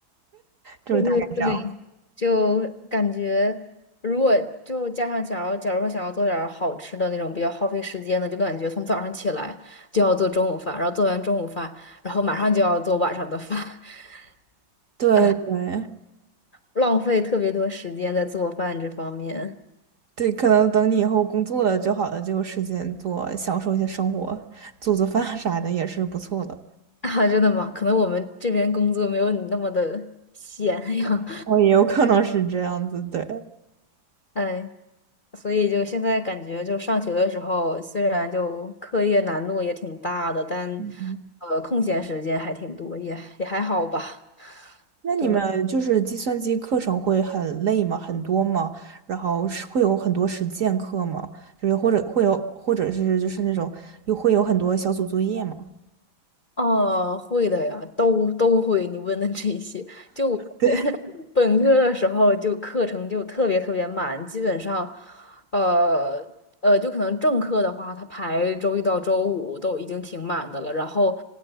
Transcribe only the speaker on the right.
就是大概这样。
对对
对，可能等你以后工作了就好了，就有时间做，享受一些生活，做做饭啥的也是不错的。
哦，也有可能是这样子，对。
嗯
那你们就是计算机课程会很累吗？
很多吗？然后是会有很多实践课吗？就是或者会有，或者是就是那种又会有很多小组作业吗？
<laughs> 对。